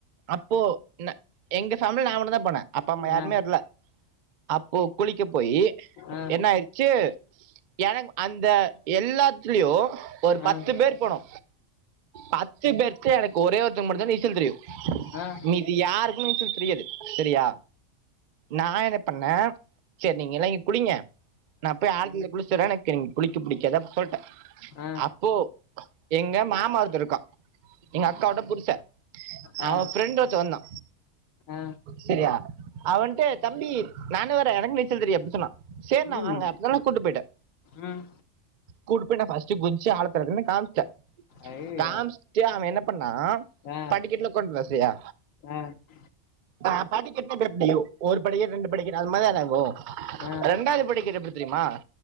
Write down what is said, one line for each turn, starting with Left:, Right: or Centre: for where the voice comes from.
Right: அப்போ ந எங்க ஃபேம்ல்ல நா மட்டு தா போனே அப்பா அம்மா யாருமே
Left: ஆ ஆ
Right: வர்ல அப்போ குளிக்க போயி
Left: ஆ ஆ
Right: என்ன ஆயிருச்சு எனக் அந்த எல்லாத்துலியு ஒரு பத்து
Left: ஆ ஆ
Right: பேர் போனோ பத்து பேர் த்து எனக் ஒரே ஒருத்தனுக் மட்டுந்தா நீச்சல் தெரியு
Left: ஆ ஆ
Right: மீதியார் நீச்சல் தெரியாது செரியா நா என்ன பண்ணே செர் நீங்க எல்லா இங்க குளிங்க நா போய் ஆழ்த்தல குளிச்ட்டு வறே எனக் இங் குளிக்க புடிக்கது அப்ட் சொல்ட்டே
Left: ஆ
Right: அப்போ எங்க மாமா ஒருத்த இருக்கா எங்க அக்காவோட புருச
Left: ஆ
Right: அவ
Left: ஆ
Right: ஃப்ரெண்டு ஒருத்த வந்தா
Left: ஆ
Right: செரியா அவன்ட்ட தம்பி நானு வறே எனக்கு நீச்சல் தெரியு அப்டி சொன்னா சேர்ண்ணா
Left: ம்
Right: வாங்க அப் சொல்ல கூட்டு போய்ட்டே
Left: ம்
Right: கூட்டு போ நா ஃபர்ஸ்டு குதிச்சு ஆழத்தல நின்னு காம்ச்சே
Left: அய்யய்யோ
Right: காம்ச் ட்டு அவ என்ன பண்ணா
Left: ஆ
Right: படிக்கட்ல உக்காந்ட்ன்தா செரியா
Left: ஆ ஆ
Right: ஆஹ் படிக்கட்ல <unintelligible> ஒரு படிக் ரெண்டு படிக்கட் அந்த மாரிதான ஆகு
Left: ஆ
Right: ரெண்டாவ்து படிக்கட் எப்டி தெரிமா